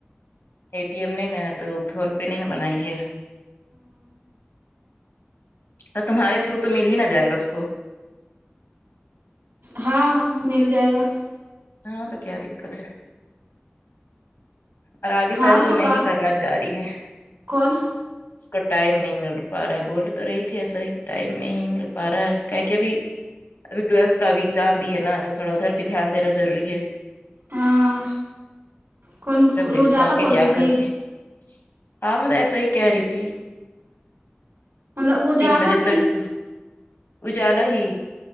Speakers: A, on the left (about 70°); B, on the right (about 85°).
A: اے ٹی ایم نہیں نہ ہے تو فون پے نہیں نہ بنائی ہے تو تمہارے تھرو تو مل ہی نہ جائے گا اس کو
B: ہاں مل جائے گا
A: ہاں تو کیا دققت ہے اور آگے
B: ہاں
A: شاید وہ
B: تو
A: نہیں
B: کا
A: کرنا چاہ رہی ہے
B: کون
A: اس کو ٹائم نہیں مل پا رہا ہے بول تو رہی تھی ایسا ہی کہ ٹائم نہیں مل پا رہا ہے کیا کہ ابھی اب کلاس کا بھی اگزام بھی ہے نا تو تھوا ادھر بھی دھیان دینا روری ہے
B: ہاں کون
A: تب دیکھو
B: اجالا
A: آگے
B: بول
A: کیا
B: رہی
A: کرتی
B: تھی
A: ہے۔ ہاں میں ایسے ہی کہہ رہی تھی
B: مطلب اجالا
A: تین بجے ٹیسٹ کی اجالا ہی